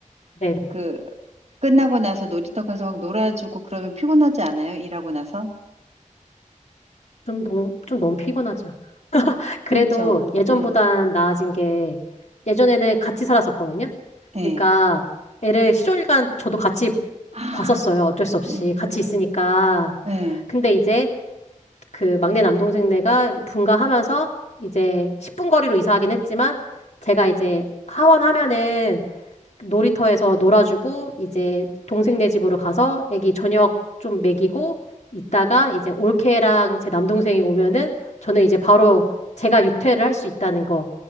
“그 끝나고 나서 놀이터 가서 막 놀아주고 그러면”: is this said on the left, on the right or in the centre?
Right